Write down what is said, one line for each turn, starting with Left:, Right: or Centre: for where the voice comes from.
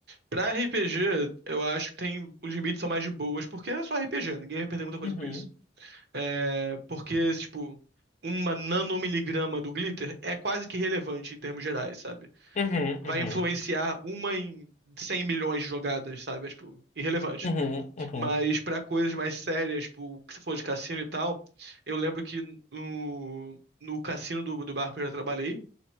Right: pra RPG, eu acho que tem, os limites são mais de boas, porque é só RPG, ninguém vai perder muita coisa
Left: Uhum,
Right: com isso. É, porque, tipo, uma nanomiligrama do glitter é quase que relevante em termos gerais, sabe?
Left: uhum,
Right: Vai
Left: uhum,
Right: influenciar uma em 100 milhões de jogadas, sabe? É, tipo, irrelevante.
Left: uhum, uhum,
Right: Mas pra coisas mais sérias, tipo, que você falou de cassino e tal, eu lembro que no, no cassino do, do barco que eu já trabalhei,